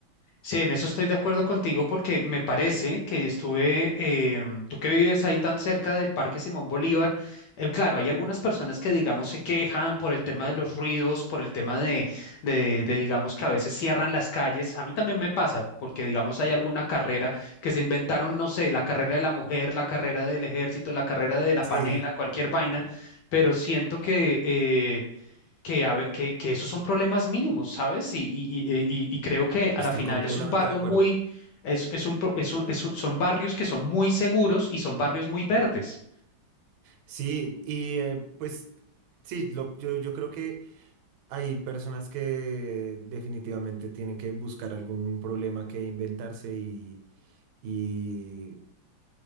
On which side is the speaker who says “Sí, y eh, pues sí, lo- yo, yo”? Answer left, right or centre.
Right